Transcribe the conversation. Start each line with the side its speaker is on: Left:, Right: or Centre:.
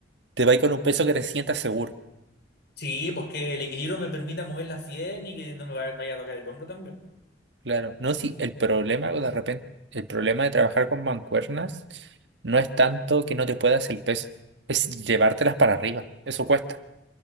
Right: Te va con un peso que te sientas seguro.
Left: Sí, pues que el equilibrio me permita moverlas bien y que no me va- vaya a tocar el hombro también.
Right: Claro. No,
Left: Sí,
Right: si el problema de repente, el problema de trabajar con mancuernas no es tanto que no te puedas el peso, es llevártelas para arriba. Eso cuesta.